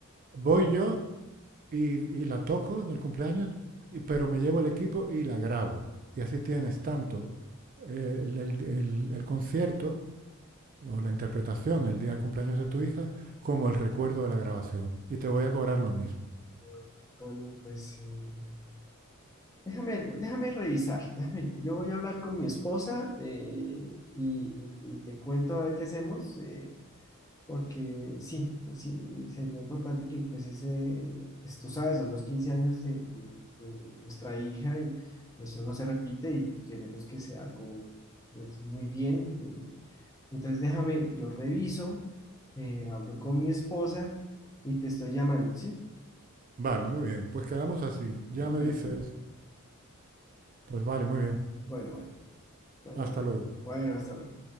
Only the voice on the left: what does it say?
bueno, Tony, pues eh, déjame, déjame revisar. Déjame, yo voy a hablar con mi esposa eh, y, y- y te cuento a ver qué hacemos, eh, porque sí, sí, sería importante que pues ese, eh, pues, tú sabes, son los 15 años de, de- de nuestra hija y eso no se repite y queremos que sea algo pues, muy bien. eh, Entonces déjame, yo reviso, eh, hablo con mi esposa y te estoy llamando, ¿sí?
Bueno,
bueno, bueno, bueno,
bueno, hasta luego.